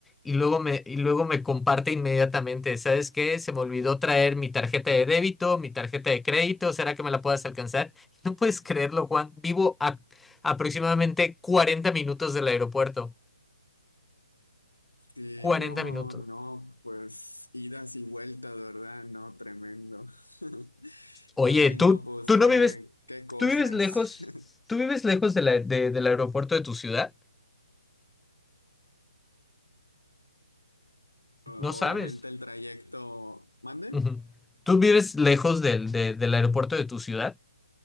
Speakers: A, in the centre; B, on the left (about 80°).
A: Y luego me, y luego me comparte inmediatamente, ¿sabes qué? Se me olvidó traer mi tarjeta de débito, mi tarjeta de crédito, ¿será que me la puedas alcanzar? <laughs> No puedes creerlo, Juan. Vivo a aproximadamente 40 minutos del aeropuerto.
B: Y
A: cuarenta
B: no,
A: minutos.
B: no, pues idas y vueltas, ¿verdad? No, tremendo. <laughs>
A: Oye,
B: Ay,
A: tú,
B: no, pues
A: tú
B: qué,
A: no vives,
B: qué cosas.
A: tú vives lejos,
B: <laughs>
A: tú vives lejos de la- de- del aeropuerto de tu ciudad.
B: Obviamente
A: No sabes.
B: el trayecto, ¿mande?
A: Ujú. ¿Tú vives lejos del, de- del aeropuerto de tu ciudad?